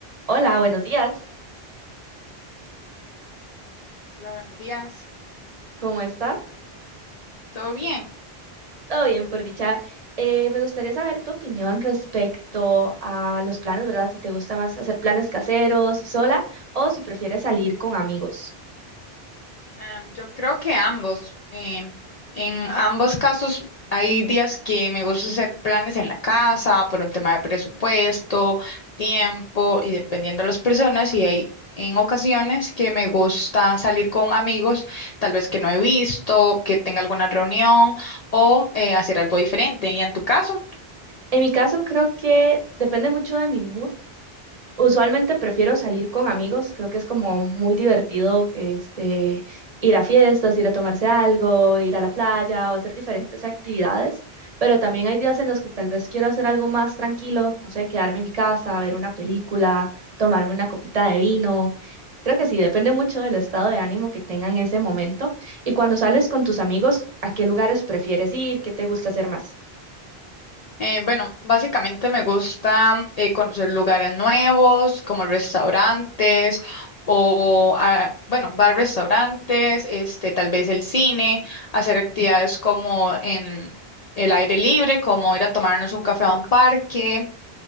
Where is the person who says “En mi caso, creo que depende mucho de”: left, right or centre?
Right